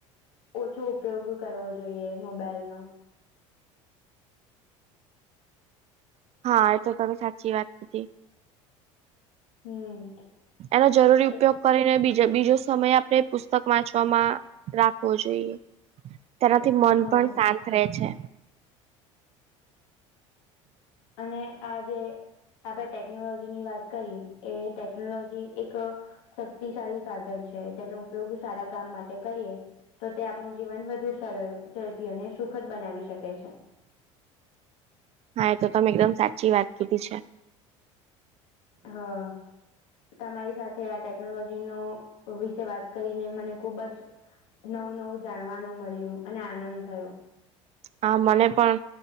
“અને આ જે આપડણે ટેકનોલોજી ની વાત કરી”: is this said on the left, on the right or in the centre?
Left